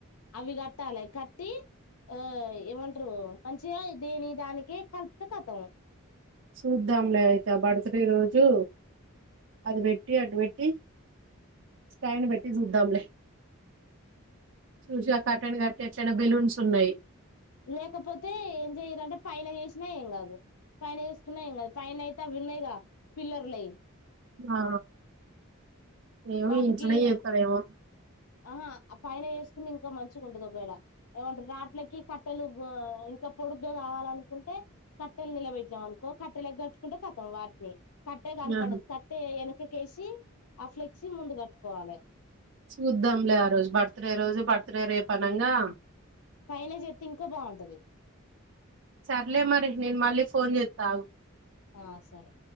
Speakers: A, on the left; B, on the right.
A: అవి కట్టాలి కట్టి ఆ ఏమంటరు మంచిగా దేని దానినకి కలిపితే కతం
B: చూద్దాంలే అయితే ఆ బర్త్డే రోజు అది పెట్టి అటు పెట్టి స్టాండ్ పెట్టి చూద్దాంలే చూసి ఆ కర్టైన్ కట్టే చానా బెలూన్స్ ఉన్నాయి
A: లేకపోతే ఏం చెయలంటే పైన చేసినా ఏం కాదు పైన చేసుకున్నా ఏం కాదు పైన అయితే అవి ఉన్నాయిగా పిల్లర్లవి
B: ఆ ఏమో
A: వాటికి
B: ఇంట్లోనే చేతడేమో
A: ఆహా ఆ పైన వేసుకుని ఇంకా మంచిగా ఉంటది ఒకవేళ ఏమంటరు రాట్లకి కట్టెలు ఇంకా పొడుగ్గా కావాలనుకుంటే కట్టెలు నిలబెట్టినం అనుకో కట్టెలు ఎగట్చుకుంటే కతం వాటిని కట్టే కనపడదు
B: ఆహా,
A: కట్టే ఎనుకకి క్కేసి ఆ ఫ్లెక్సీ ముందు కట్టుకోవాలి
B: చూద్దాంలే ఆ రోజు బర్త్డే రోజు బర్త్ డే రేపనంగా
A: పైన చెత్తే ఇంకా బాగుంటది
B: సర్లే మరి నేను మళ్ళీ ఫోన్ చెత్త ఆగు
A: ఆ సరే